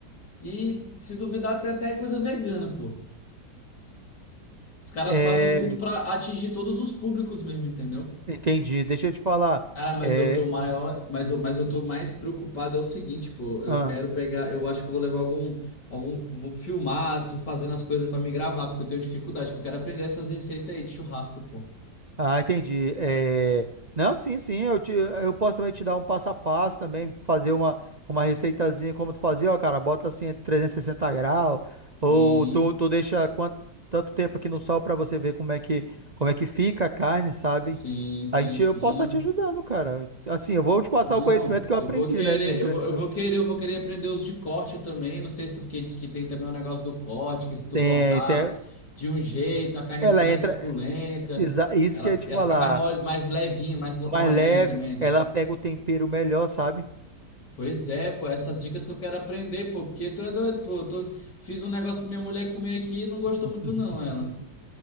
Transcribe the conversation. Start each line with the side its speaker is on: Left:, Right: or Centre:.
Left: e, se duvidar, tem até coisa vegana, pô. Os caras
Right: É,
Left: fazem tudo pra atingir todos os públicos mesmo, entendeu?
Right: entendi. Deixa eu te falar.
Left: Cara, mas
Right: É,
Left: eu tô maior, mas eu, mas eu tô mais preocupado é o seguinte, pô,
Right: ah.
Left: eu quero pegar, eu acho que eu vou levar algum, algum, vou filmar, tô fazendo as coisas pra me gravar, porque eu tenho dificuldade, que eu quero aprender essas receitas aí de churrasco, pô.
Right: Ah, entendi. É, Não, sim, sim, eu, te... eu posso também te dar um passo a passo também, fazer uma, uma receitazinha como tu fazia, ó, cara, bota assim 360 graus, ou
Left: Sim,
Right: tu, tu deixa quanto... tanto tempo aqui no sol pra você ver como é que, como é que fica a carne, sabe?
Left: sim, sim,
Right: A gente,
Left: sim.
Right: eu posso estar te ajudando, cara. Assim, eu vou te passar
Left: Não,
Right: o conhecimento que eu
Left: eu
Right: aprendi,
Left: vou querer,
Right: né, no Rio Grande
Left: eu vou,
Right: do
Left: eu
Right: Sul.
Left: vou querer, eu vou querer aprender os de corte também, não sei se é porque diz que tem também o negócio do corte, que se tu
Right: Tem,
Left: cortar
Right: tem...
Left: de um jeito, a carne
Right: Ela
Left: fica mais
Right: entra,
Left: suculenta,
Right: exa- isso
Left: ela,
Right: que eu ia te
Left: ela
Right: falar,
Left: fica mais, mole, mais levinha, mais lo-
Right: mais
Left: molinha
Right: leve,
Left: também, né?
Right: ela pega o tempero melhor, sabe?
Left: Pois é, pô, essas dicas que eu quero aprender, pô, porque tu é doido, pô, eu tô... fiz um negócio pra minha mulher comer aqui e não gostou
Right: <laughs>
Left: muito não, ela.